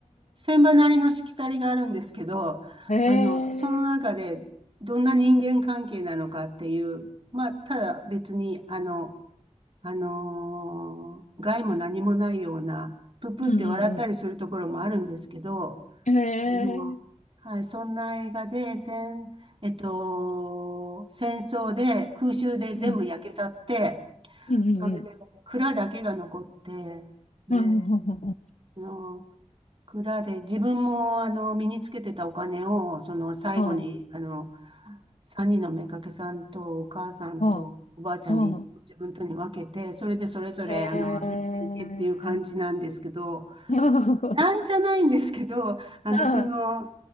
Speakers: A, on the right; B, on the left.
A: 船場なりのしきたりがあるんですけど、
B: ー、えー、
A: あの、その中でどんな人間関係なのかっていう、まあ、ただ別に、あの、あのー害も何もないような、ププって笑ったりするところもあるんですけど、
B: うんうんうん。えー、
A: あの、はい、そんな映画で、戦、えっと、戦争で空襲で全部焼けちゃって、
B: うんうんうんうん。
A: それで蔵だけが残って、で、
B: うんうんうんうんうん。
A: あの蔵で自分もあの身につけてたお金をその最後にあの
B: あ
A: 3人の妾さんとお母さんとおばあちゃんに自分とに分けてそれでそれぞれあの生きていけっていう感じなんですけど
B: あ、ああ、へえ。<laughs>
A: なんじゃないんですけどあのその
B: あ